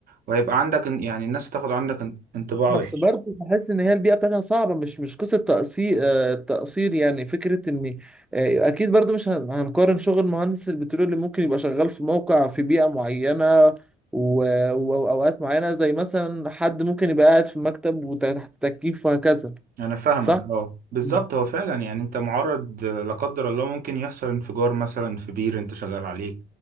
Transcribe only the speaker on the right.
وهيبقى عندك ان- يعني الناس تاخد عندك ان- انطباع
وحش
انا فاهمك
اه بالظبط
هو فعلا يعني انت معرض لا قدر الله ممكن يحصل انفجار مثلا في بير انت شغال عليه